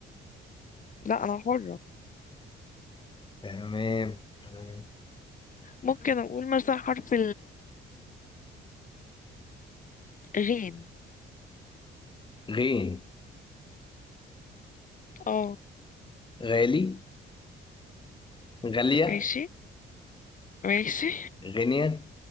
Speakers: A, on the left; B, on the left.
A: لا انا حرة
B: تمام تمام
A: ممكن اقول مثلا حرف الغين
B: غين
A: اه
B: غالي غالية
A: ماشي ماشي
B: غنية